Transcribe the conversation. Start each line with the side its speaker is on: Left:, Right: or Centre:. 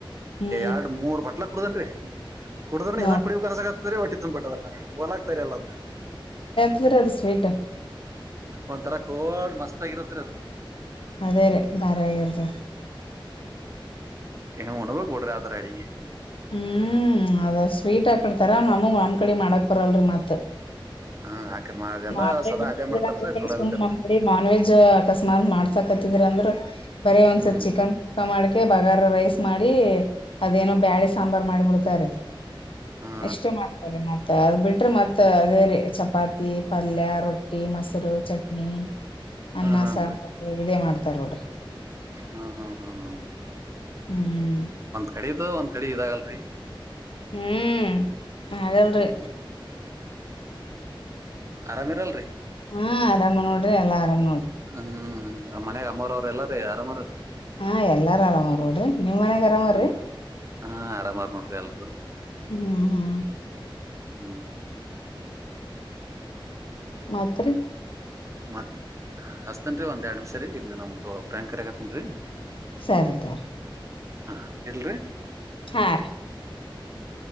Left: ಹ್ಮ್
Right: ಎರಡ್ ಮೂರ್ ಬಟ್ಲ ಹಡದನ್ರಿ ಕುಡದ್ರ
Left: ನೋಡ್ರಿ
Right: ಇನ್ನ ಕುಡ ಕನ್ಸಕ ಆತಾರ ಒಟ್ಟಿ ತಂದ ಬಟ್ಟದ್ರ ಹೊಲ ಆಗ್ತಾರಲ್ಲ ಅದು
Left: ದರ ಅದು ಸ್ವೀಟ್
Right: ಒಂಥರ ಕೋಡ್ ಮಸ್ತ್ ಆಗಿರತ್ರಿ ಅದು
Left: ಅದೇ ರ ಭಾರಗರುದ
Right: ಇನುವಾಗ ಗುಡರತ ರಡಿ
Left: ಹ್ಮ್ ಅದ ಸ್ವೀಟ್ ಆಾಕಡ್ತಾರ ನಮೂ ಮಾಮ್ ಕಡಿ ಮಾಡಕ್ ಬರಲ್ರರಿ ಮತ್
Right: ಹಾ ಆಕಮ್ಮ ಅದೆಲ್ಲಾ
Left: ನಾನ್ ವೆಜ್
Right: ಸದಾ
Left: ಮಾಡಿದ್ರ
Right: ಅದೇ ಮಾಡ್ತಾರಲ್ರಿ
Left: ಅಂದ್ರ
Right: ದುಡ
Left: ಸು್
Right: ಬಿದ್ದಿರ್ತರಿ
Left: ನಮ್ಮ್ಡಿ ನಾನ್ ವೆಜ್ ಅಕಸ್ಮಾತ್ ಮಾಡ್ಸಾಕತ್ತಿದ್ರ ಅಂದ್ರ ಬರೀ ಒಂದ್
Right: ಹ್ಮ್
Left: ಸ್ವಲ್ಪ ಚಿಕನ್ ಕುಕ್ಕ ಮಾಡ್ಕೆ ಬಗಾರ ರೈಸ್ ಮಾಡಿ ಅದೇನೋ ಬ್ಯಾಳೆ ಸಾಂಬಾರ್ ಮಾಡಿಬಿಡ್ತಾರೆ
Right: ಹಾ
Left: ಎಷ್ಟೇ ಮಾಡ್ತಾರೆ ಮ ಅದು ಬಿಟ್ರೆ ಮತ್ತ ಅದೇ ರೀ ಚಪಾತಿ ಪಲ್ಯ ರೊಟ್ಟಿ ಮೊಸರು ಚಟ್ನಿ ಅನ್ನ
Right: ಹಾ ಹಾನ್ರಿ
Left: ಸಾಂಬಾರು ಇದೇ ಮಾಡ್ತಾರ ನೋಡ್ರಿ
Right: ಹಾ ಹಾ ಹಾ ಹಾ
Left: ಹ್ಮ್
Right: ಕಡೆದು ಒಂದ್ ಕಡೆ ಇದಾಗಲ್ರರಿ
Left: ಹ್ಮ್ ಆಗಲ್ರಿ
Right: ಹ್ಮ್ ಆರ ಮೆರಾಲ್ ರ
Left: ಹಾಂರಾಮಮ ನೋಡಿ್ರೆ ಎಲ್ಲ ಆರಭ
Right: ಹ್ಮ್ ಮನ್ಯಾಗ ಅಮ್ಮರ ಅವ್ರ ಎಲ್ಲಾರೀ ಆರಾಮರಲ್ಲ
Left: ಹಾ ಎಲ್ಲಾರು ಆರಾಮಾರ ನೋಡ್ರಿ ನಿಮ್ ಮನ್ಯಾಗ ಆರಾಮಾರ್ರೀ
Right: ಹ್ಮ ಹ ಹಾ ಅಡೆಮಾರ ನಟ್ರಲ್ಲ
Left: ಹ್ಮ್ ಹ್ಮ್
Right: ಹ್ಮ್ ಹ
Left: ಮಾತ್ರೆ
Right: ಮತ್ತತ್ ಹಸ್ತೇನ್ರಿ ಒಂದ್ ಎರಡ್ ನಿಮಿಷ ರೀ ಇಲ್ಲಿ ನಮ್ದು ಫ್ರೆಂಡ್ ಕರಗತನ್ರರಿ
Left: ಸರಿ ತೋರಿ
Right: ಹಾ ಎಲ್ರಿ
Left: ಹಾ
Right: ಹ್ಮ